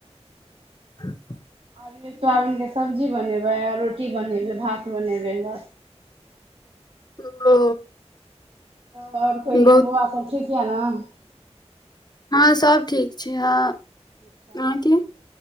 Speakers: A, on the left; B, on the right.
A: <unintelligible>
B: आलूके सोाबिनके सब्जी बनेबै आ रोटी बनेबै भात बनेबै ल
A: ओ
B: तऽ आओर कहहि
A: बहुत
B: बौआ सब ठीक यऽ ने
A: हँ सब ठीक छै हँ
B: अच्छा
A: अहाँके